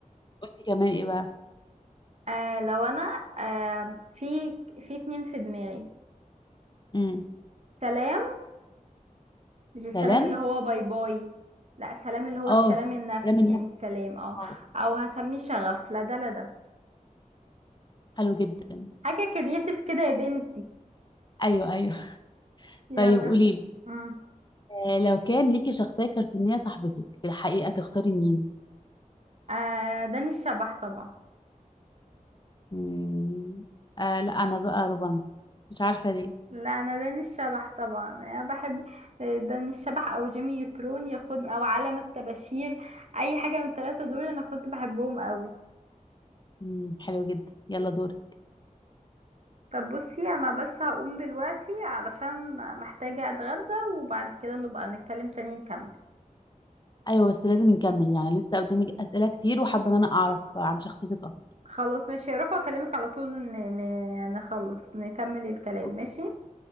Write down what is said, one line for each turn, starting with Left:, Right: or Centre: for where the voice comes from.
Left: وانت كمان ايه بقى؟
Right: آه لو انا آه في في اتنين في دماغي
Left: امم
Right: سلام مش السلام
Left: سلام
Right: اللي هو باي باي لا سلام اللي هو
Left: اه
Right: السلام النفسي
Left: سلام النفسي
Right: يعني السلام اه
Left: اه
Right: او هسميه شغف لا ده لا ده
Left: حلو جدا
Right: حاجة كرياتيف كده يا بنتي
Left: ايوه ايوه <laughs>
Right: يلا
Left: طيب قوليلي
Right: س- امم
Left: آه، لو كان ليكي شخصية كرتونية صاحبتك في الحقيقة تختاري مين؟
Right: آه داني الشبح طبعا
Left: مم. آه لا أنا بقى روبانز مش عارفة ليه
Right: لا انا داني الشبح طبعا انا بحب آه، داني الشبح او جيمي نيوترون ياخدني او عالم الطباشير اي حاجه من الثلاثه دول انا كنت بحبهم قوي
Left: مم، حلو جدا يلا دوري
Right: طب بصي انا بس هقوم دلوقتي علشان محتاجه اتغدى وبعد كده نبقى نتكلم تاني نكمل
Left: أيوة بس لازم نكمل يعني لسه قدامي أسئلة كتير وحابة إن أنا أعرف عن شخصيتك أكتر
Right: خلاص ماشي هروح واكلمك على طول ن... ن... نخلص نكمل الكلام
Left: أوكي.
Right: ماشي